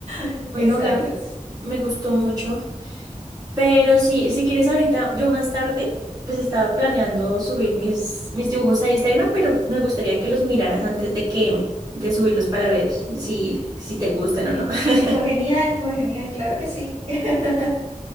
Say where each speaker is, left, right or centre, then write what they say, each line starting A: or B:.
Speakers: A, on the right; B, on the right.
A: <laughs>
B: Bueno,
A: exacto.
B: Gaby,
A: Entonces,
B: me gustó mucho Pero sí, si quieres ahorita, yo más tarde, pues estaba planeando subir mis, mis dibujos a Instagram, pero me gustaría que los miraras antes de que, de subirlos para ver si, si te gustan o no. <laughs>
A: pues genial, pues genial, claro que sí. <laughs>